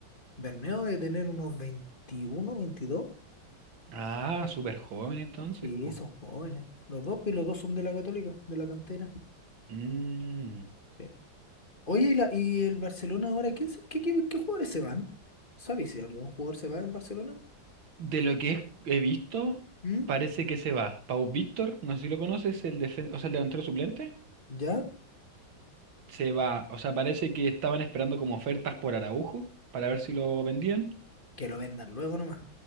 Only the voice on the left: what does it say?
Bernedo de tener unos 21 veintidós
Sí,
son jóvenes. Los dos, pues, y los dos son de la Católica, de la cantera.
Sí. Oye, ¿y, la- y el Barcelona ahora? ¿Quién, se- qué, qué, qué jugadores se van? ¿Sabéis si algún jugador se va del Barcelona?
¿Mm?
¿Ya?
Que lo vendan luego nomás.